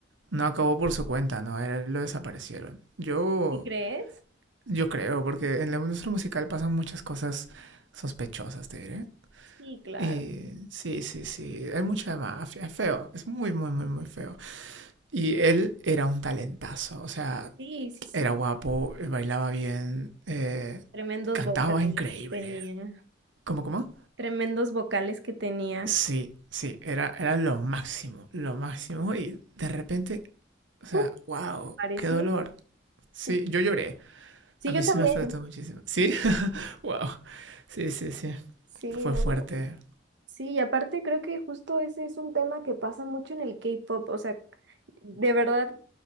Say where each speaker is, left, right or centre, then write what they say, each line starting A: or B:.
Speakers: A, on the right; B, on the right.
A: no acabó por su cuenta, ¿no? A Él lo desaparecieron. Yo,
B: ¿Y crees?
A: yo creo, porque en la industria musical pasan muchas cosas sospechosas, te diré.
B: Sí, claro.
A: Y sí, sí, sí, hay mucha mafia, es feo, es muy, muy, muy, muy feo. Y él era un talentazo, o sea,
B: Sí, sí, sí.
A: era guapo, bailaba bien, eh,
B: Tremendos
A: cantaba
B: vocales
A: increíble.
B: que tenía.
A: ¿Cómo, cómo?
B: Tremendos vocales que tenía.
A: Sí, sí, era, era lo máximo, lo máximo. Y de repente, o sea,
B: ¿No
A: wow,
B: pareció?
A: qué dolor. Sí,
B: Sí.
A: yo lloré.
B: Sí,
A: A
B: yo
A: mí
B: también.
A: sí me afectó muchísimo. Sí, <laughs> wow. Sí, sí, sí.
B: Sí,
A: Fue
B: no.
A: fuerte.
B: Sí, y aparte creo que justo ese es un tema que pasa mucho en el K-pop. O sea, de verdad,